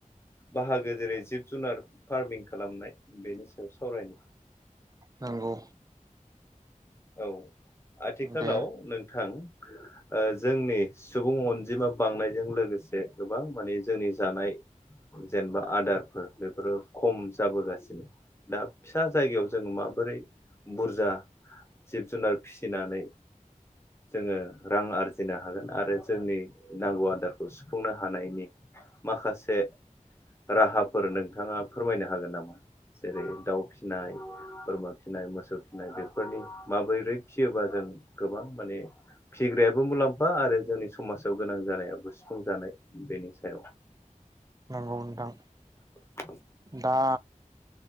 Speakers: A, on the left (about 20°); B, on the right (about 25°).
A: बाहागो जेरै जिब जुनार फार्मिं खालामनाय बेनि सायाव सावरायनो
B: नोंगौ
A: औ आथिखालाव
B: दे
A: नोंथां ओ जोंनि सुबुं अनजिमा बांनायजों लोगोसे गोबां माने जोंनि जानाय जेनेबा आदारफोर बेफोरो खम जाबोगासिनो दा फिसा जायगायाव जों माबोरै बुरजा जिब जुनार फिसिनानै जोङो रां आरजिनो हागोन आरो जोंनि नांगौ आदारखौ सुफुंनो हानायनि माखासे राहाफोर नोंथाङा फोरमायनो हागोन नामा जेरै दाउ फिसिनाय बोरमा फिसिनाय मोसौ फिसिनाय बेफोरनि माबोरै फिसियोबा जों गोबां माने फिग्रायाबो मुलाम्फा आरो जोंनि समाजाव गोनां जानायाबो सुफुं जानाय बेनि सायाव
B: औ नोंथां
A: <inaudible>
B: दा